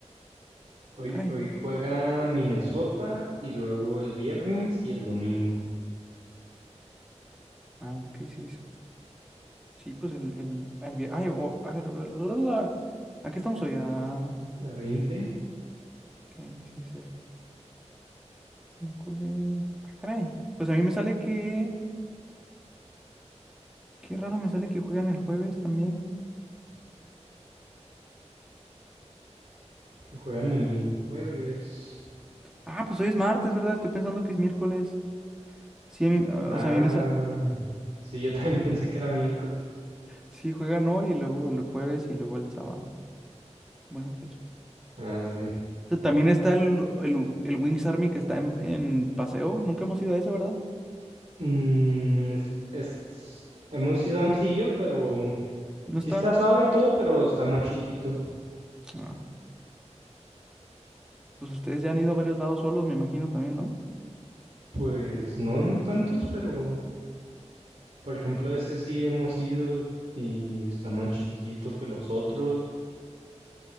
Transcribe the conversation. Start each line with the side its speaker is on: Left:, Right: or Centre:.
Right: hoy,
Centre: Caray.
Right: hoy juega Minnesota y luego el viernes y el domingo.
Centre: Ah, ok, sí, es cierto. Sí, pues el... el, el vi- ay, o- a ver, bla, bla, bla, bla. ¿A qué estamos hoy? Ah,
Right: A 20
Centre: ok, sí, es cierto. Miércoles. Ah, caray. Pues a mí me sale que. Qué raro me sale que juegan el jueves también.
Right: que juegan el jueves.
Centre: Ah, pues hoy es martes, ¿verdad? Estoy pensando que es miércoles. Sí, a mí, a-
Right: Ah,
Centre: o sea, a mí me sale.
Right: sí, yo también <laughs> pensé que era miércoles.
Centre: Sí, juegan hoy y luego el jueves y luego el sábado. Buenas fechas.
Right: Ah, sí.
Centre: T- También está el, el, el Wings Army que está en, en paseo. Nunca hemos ido a ese, ¿verdad?
Right: Mm, es- es- hemos ido a Amsillo, pero
Centre: No
Right: sí
Centre: está.
Right: está suave y todo, pero está más chiquito.
Centre: Ah, pues ustedes ya han ido a varios lados solos, me imagino también, ¿no?
Right: Pues no, no tantos, pero por ejemplo ese sí hemos ido y está más chiquito que los otros.